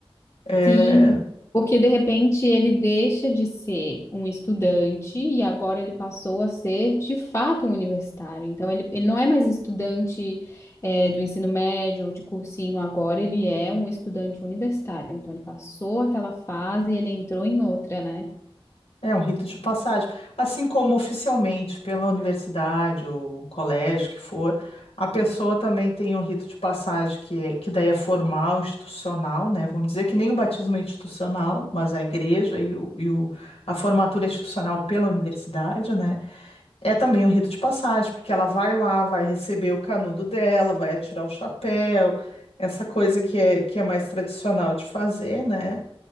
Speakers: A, on the left; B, on the left.
A: É,
B: Sim, porque de repente ele deixa de ser um estudante e agora ele passou a ser de fato um universitário. Então ele, ele não é mais estudante eh, do ensino médio ou de cursinho, agora ele é um estudante universitário. Então ele passou aquela fase e ele entrou em outra, né?
A: É um rito de passagem. Assim como oficialmente pela universidade ou colégio que for, a pessoa também tem um rito de passagem que, é, que daí é formal, institucional, né? Vamos dizer que nem o batismo é institucional, mas a igreja e, o, e o- a formatura é institucional pela universidade, né? É também um rito de passagem, porque ela vai lá, vai receber o canudo dela, vai atirar o chapéu, essa coisa que é, que é mais tradicional de fazer, né?